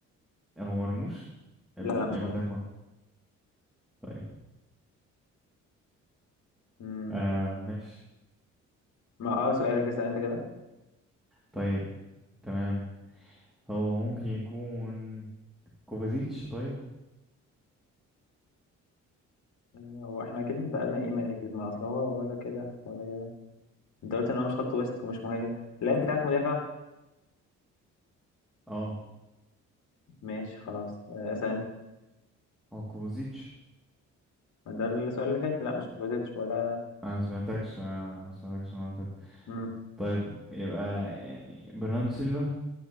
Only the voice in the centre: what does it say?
هو مرموش اللعيب
بتاعك مرموش طيب
آه ماشي
طيب تمام هو ممكن يكون كوفازيتش طيب
اه
هو كوفوزيتش
انا ما سمعتكش انا ما سمعتكش المره اللي فاتت
طيب يبقى يعني برناردو سيلفا